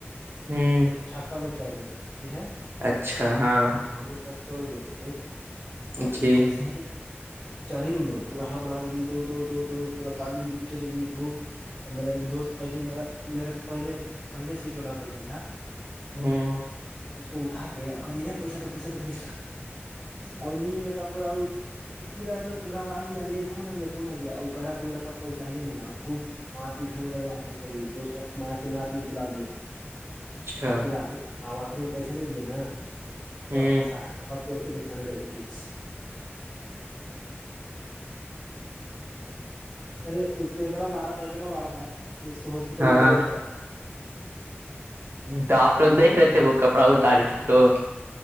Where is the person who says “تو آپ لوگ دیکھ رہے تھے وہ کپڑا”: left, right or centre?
Right